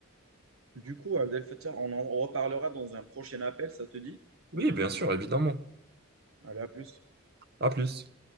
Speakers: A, on the right; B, on the right.
A: Du coup, Abdel Fattah, on en reparlera dans un prochain appel, ça te dit?
B: Oui, bien sûr, évidemment.
A: Allez, à plus.
B: À plus.